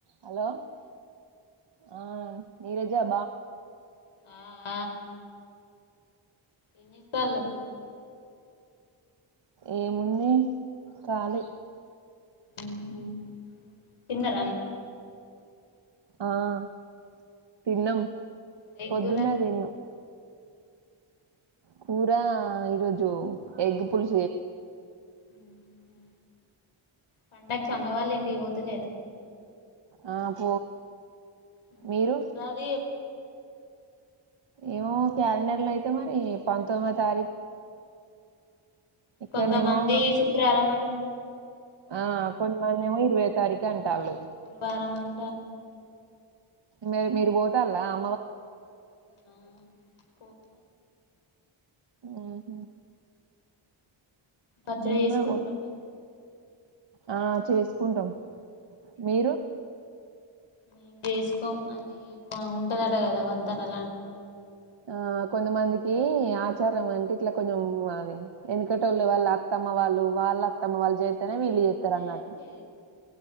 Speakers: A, on the right (about 60°); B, on the left (about 80°).
A: Hello ఆహ్ నీరజ బాగున్నావా.
B: ఆహ్ ఆ ఏన్జెస్సల్లు
A: ఏముంది. కాలీ
B: ఉహ్ హు తిన్నార అన్నం
A: ఆహ్ తిన్నం
B: ఏం
A: పొద్దున్నే
B: కూర
A: తిన్నం కూర ఈరోజు ఎగ్ పులుసు చేసినాం.
B: ఉహ్ హు పండకి అమ్మ వాళ్ళ ఇంటికి పోతలేద
A: ఆహ్ పోవాలి.
B: ఉహ్
A: మీరు
B: ఉగాది ఎప్పుడైతంది.
A: ఏమో క్యాలెండర్ లో అయితే మరి పంతొమ్మిదో తారీఖు ఉన్నది ఇక్కడనేమో
B: కొంతమంది శుక్రవారం అంట తాలూ
A: ఆ కొంతమంది ఏమో ఇరవై తారీఖు అంటళ్ళు
B: తాళ్లు
A: మీ మీరు పోతలా అమ్మ వాళ్ళ ఇంటికి
B: ఆ పోతా
A: ఊహు
B: పచ్చడి
A: మేము
B: చేసుకుంటార
A: కూడా పో
B: మీరు
A: ఆ చేస్ చేసుకుంటాం మీరు
B: మేం చేసుకోం అది బాగుంటది కదా వంతెన లాంటిది
A: ఆ కొంతమందికి ఆచారం అంటే ఇట్లా కొంచెం అది వెనకటోళ్ళ వాళ్ళు అత్తమ్మ వాళ్ళు వాళ్ళ అత్తమ్మ వాళ్ళు చేస్తేనే వీళ్ళు చేస్తారు అన్నట్టు
B: అవును